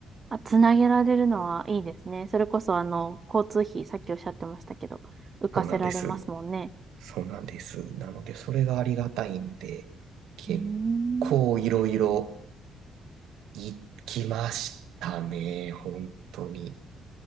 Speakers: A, on the right; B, on the right.
A: あ、つなげられるのはいいですね。それこそ、あの、交通費、さっきおっしゃってましたけど、浮かせられますもんね。
B: そうなんです。そうなんです。なので、それがありがたいんで、結
A: うーん。
B: 構いろいろ行きましたね。本当に。